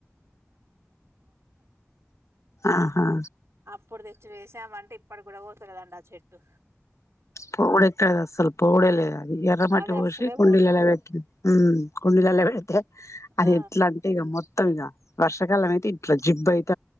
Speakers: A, on the left; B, on the right.
A: ఆహా
B: ఇప్పుడు తెచ్చి వేసామంటే ఇప్పటికీ కూడా వొతలేదండి ఆ చెట్టు
A: పోవుదెక్కడిది అసలు పోవుడే లేదే అ ఎర్ర మట్టి
B: అది
A: పోసి
B: అస్సలే
A: కుండీల్లలో
B: పోదు
A: పెట్టు కుండీల్లలో పెడితే అది
B: ఆ
A: ఎట్లా అంటే ఈ గా మొత్తంగా వర్షకాలం అయితే ఇంట్లో నీ జిబ్బై